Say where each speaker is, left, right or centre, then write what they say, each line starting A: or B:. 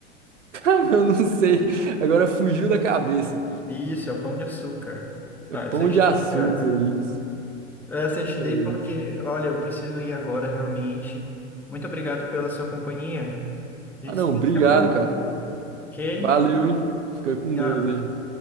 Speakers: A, on the right (about 80°); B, in the centre.
A: <laughs> Cara, eu não sei. Agora fugiu da cabeça.
B: isso, é o pão de açúcar.
A: É
B: Ah,
A: pão
B: essa eu te
A: de açúcar,
B: dei de graça.
A: isso.
B: Essa eu te
A: É
B: dei
A: isso.
B: porque, olha, eu preciso ir agora realmente. Muito obrigado pela sua companhia. A
A: Ah,
B: gente
A: não,
B: se
A: obrigado,
B: vê daqui a pouco,
A: cara.
B: ok?
A: Valeu, hein? Fica com
B: Tchau.
A: Deus aí.